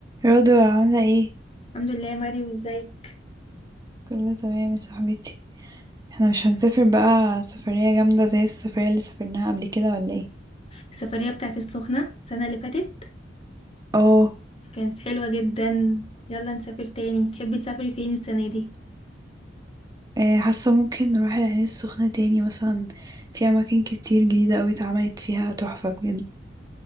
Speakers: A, on the right; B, on the left.
A: رضوى عاملة ايه؟
B: الحمد لله يا مريم ازيك
A: كله تمام يا صاحبتي احنا مش هنسافر بقى سفرية جامدة زي السفرية اللي سافرناها قبل كده ولا ايه؟
B: السفرية بتاعت السخنة السنة اللي فاتت
A: اه
B: كانت حلوة جدا يلا نسافر تاني تحبي تسافري فين السنة دي
A: آه، حاسة ممكن نروح العين السخنة تاني مثلا في أماكن كتير جديدة أوي اتعملت فيها تحفة بجد